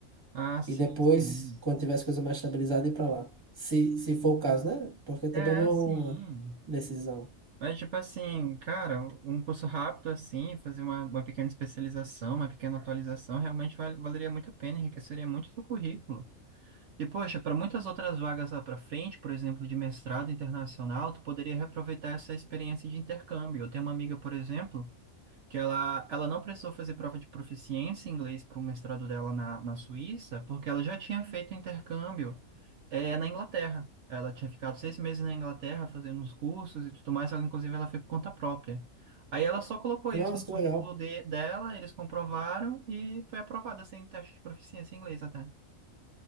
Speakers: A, on the right; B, on the right.
A: Ah, sim,
B: E depois,
A: sim.
B: quando tiver as coisas mais estabilizadas, ir para lá. Se, se for o caso, né? Porque também
A: É,
B: não é
A: sim.
B: uma decisão.
A: Mas, tipo assim, cara, um curso rápido assim, fazer uma, uma pequena especialização, uma pequena atualização, realmente val- valeria muito a pena, enriqueceria muito o seu currículo. E, poxa, para muitas outras vagas lá para frente, por exemplo, de mestrado internacional, tu poderia reaproveitar essa experiência de intercâmbio. Eu tenho uma amiga, por exemplo que ela, ela não precisou fazer prova de proficiência em inglês para o mestrado dela na, na Suíça, porque ela já tinha feito intercâmbio é, na Inglaterra. Ela tinha ficado seis meses na Inglaterra fazendo uns cursos e tudo mais, ela, inclusive ela foi por conta própria. Aí ela só colocou isso
B: Nossa,
A: no
B: que
A: currículo
B: legal.
A: de- dela, eles comprovaram e foi aprovada sem teste de proficiência em inglês até.